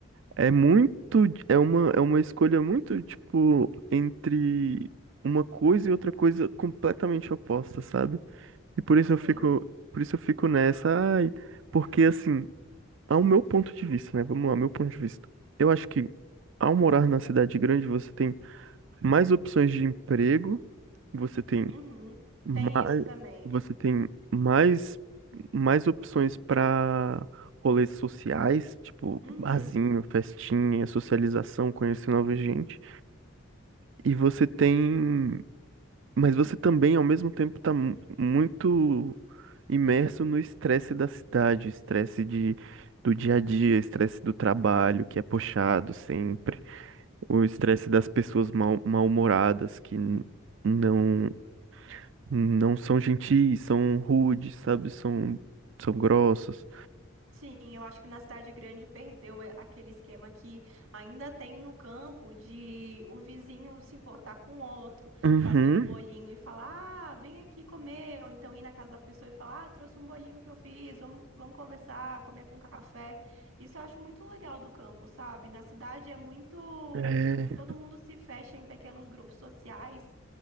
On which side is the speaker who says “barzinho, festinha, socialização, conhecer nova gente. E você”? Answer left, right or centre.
Right